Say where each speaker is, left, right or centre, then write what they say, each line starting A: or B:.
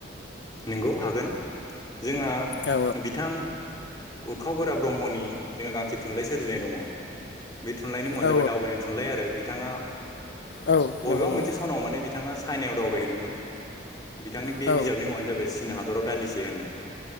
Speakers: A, on the left; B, on the left.
A: नंगौ हागोन। जोंहा
B: औ
A: बिथां उरखाव गोरा ब्रह्मनि जोंहा गांसे थुनलाइ सोरजिनाय दङ बे थुनलाइनि मुङानो
B: औ
A: जाबाय दावबायनाय थुनलाइ आरो बिथाङा
B: औ
A: बबेबा
B: नंगौ नंगौ
A: मोनसे सनाव माने बिथाङा चाइनायाव दावबायहैदोंमोन। बिथांनि बे
B: औ
A: बिजाबनि मुङानो जाबाय चीन हादराव दान्दिसे होननाय।